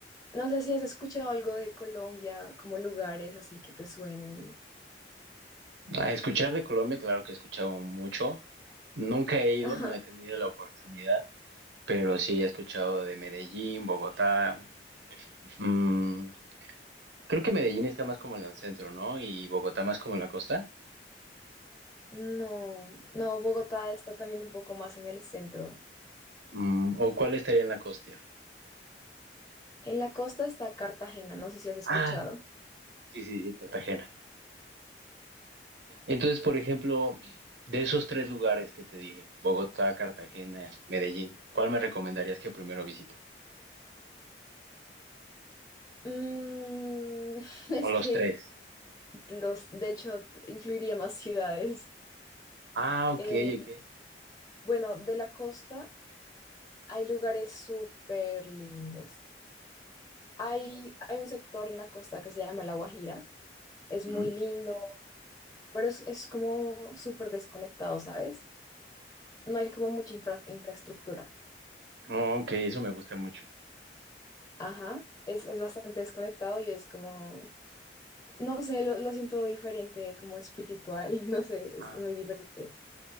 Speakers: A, on the left (about 20°); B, on the right (about 80°).
A: no sé si has escuchado algo de Colombia, como lugares así que te suenen.
B: A escuchar de Colombia, claro que he escuchado mucho. Nunca he ido,
A: Ajá.
B: no he tenido la oportunidad, pero sí he escuchado de Medellín, Bogotá, mm, Creo que Medellín está más como en el centro, ¿no? Y Bogotá más como en la costa.
A: No, no, Bogotá está también un poco más en el centro.
B: Mm, ¿O cuál estaría en la costa?
A: En la costa está Cartagena, no sé si has escuchado.
B: Ah, sí, sí, sí, Cartagena. Entonces, por ejemplo, de esos tres lugares que te dije, Bogotá, Cartagena, Medellín, ¿cuál me recomendarías que primero visite?
A: Mm, <laughs> es
B: O los
A: que
B: tres.
A: Los, de hecho, incluiría más ciudades.
B: Ah, ok,
A: Eh,
B: ok.
A: bueno, de la costa hay lugares súper lindos. Hay, hay un sector en la costa que se llama La Guajira. Es
B: Ujú.
A: muy lindo, pero es, es como súper desconectado, ¿sabes? No hay como mucha infra- infraestructura.
B: Oh, ok, eso me gusta mucho.
A: Ajá, es, es bastante desconectado y es como, no sé, lo, lo siento diferente, como espiritual, <laughs> no sé, es,
B: Ah,
A: es muy diferente.
B: ok.